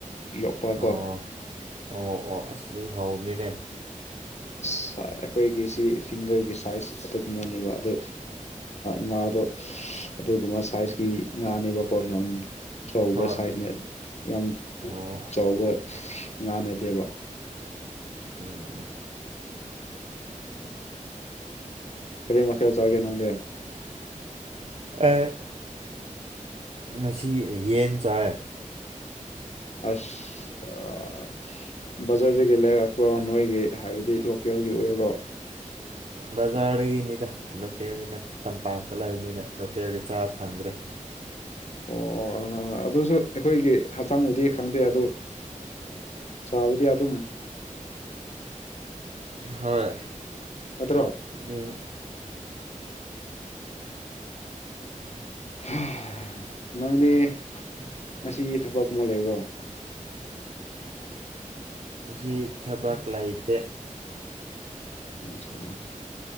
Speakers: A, on the left; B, on the right.
A: ꯌꯣꯛꯄ
B: ꯑꯣ
A: ꯀꯣ
B: ꯑꯣ ꯑꯣ ꯑꯁꯗꯨ ꯍꯥꯎꯕꯅꯤꯅꯦ
A: ꯑꯁ ꯑꯩꯈꯣꯏꯒꯤ ꯁꯤ ꯐꯤꯡꯒꯔꯒꯤꯁ ꯁꯥꯏꯖ ꯑꯗꯨꯒꯨꯝꯕꯅꯦꯕ ꯑꯗꯨ ꯉꯥꯗꯣ ꯑꯗꯨꯒꯨꯝꯕ ꯁꯥꯏꯖꯀꯤ ꯉꯥꯅꯦꯕꯀꯣ ꯌꯥꯝ ꯆꯧꯕ
B: ꯍꯣꯏ
A: ꯁꯥꯏꯖꯅꯦ ꯌꯥꯝ
B: ꯑꯣ
A: ꯆꯥꯎꯕ ꯑꯁ ꯉꯥ ꯅꯠꯇꯦꯕ
B: ꯎꯝ ꯎꯝ
A: ꯀꯔꯤ ꯃꯊꯦꯜ ꯆꯥꯒꯦ ꯅꯪꯗꯤ
B: ꯑꯩ ꯉꯁꯤ ꯌꯦꯟ ꯆꯥꯏ
A: ꯑꯁ ꯑꯥ ꯕꯖꯥꯔꯗꯒꯤ ꯂꯩꯔꯛꯄ꯭ꯔꯣ ꯅꯣꯏꯒꯤ ꯍꯥꯏꯕꯗꯤ ꯂꯣꯀꯦꯜꯒꯤ ꯑꯣꯏꯕ꯭ꯔꯣ
B: ꯕꯖꯥꯔꯗꯒꯤꯅꯤꯗ ꯂꯣꯀꯦꯜꯒꯤ ꯅꯠꯇꯦ ꯇꯝꯄꯥꯛꯇ ꯂꯩꯕꯅꯤꯅ ꯂꯣꯀꯦꯜꯒꯤ ꯆꯥꯕ ꯐꯪꯗ꯭ꯔꯦ
A: ꯑꯣ ꯑꯗꯨꯁꯨ ꯑꯩꯈꯣꯏꯒꯤ ꯍꯛꯆꯥꯡꯗꯗꯤ ꯈꯪꯗꯦ ꯑꯗꯨ ꯆꯕꯗꯤ ꯌꯥꯠ
B: ꯍꯣꯏ
A: ꯅꯠꯇ꯭ꯔꯣ
B: <unintelligible>
A: ꯍꯥ ꯅꯪꯗꯤ
B: ꯑꯩꯁꯦ
A: ꯉꯁꯤꯒꯤ ꯊꯕꯛꯀꯨꯝꯕ ꯂꯩꯕ꯭ꯔꯣ
B: ꯑꯁꯤ ꯊꯕꯛ ꯂꯩꯇꯦ
A: ꯑꯆꯥ